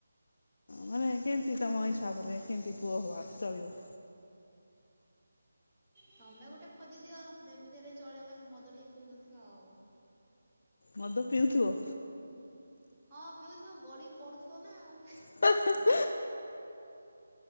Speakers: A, on the left (about 55°); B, on the right (about 20°).
A: ମାନେ କେନ୍ତି ତମ ହିସାବରେ କେମିତି ପୁଅ ହେବା ଚଳିବ।
B: ତମେ ଗୋଟେ ଖୋଜିଦିଅ। ଯେମିତି ହେଲେ ଚଳିବ ଖାଲି ମଦ ଟିକେ ପିଉନଥିବ ଆଉ।
A: ମଦ ପିଉଥିବ।
B: ହଁ ପିଉଥିବ। ଗଡିକି ପଡୁଥିବ ନା ଆଉ।
A: <unintelligible>